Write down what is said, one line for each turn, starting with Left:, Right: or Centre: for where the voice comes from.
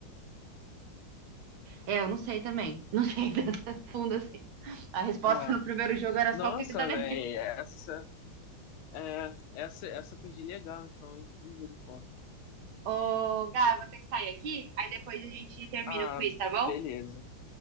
Right: É, eu não sei também. Não sei <laughs> tanto fundo assim. A resposta
Left: É.
Right: no primeiro jogo era
Left: Nossa,
Right: só o Pico da Neblina.
Left: velho, essa, é, essa, essa eu perdi legal, então, hein? misericórdia.
Right: Ô, Gá, eu vou ter que sair aqui, aí depois a gente termina
Left: Ah,
Right: o quiz, tá bom?
Left: beleza.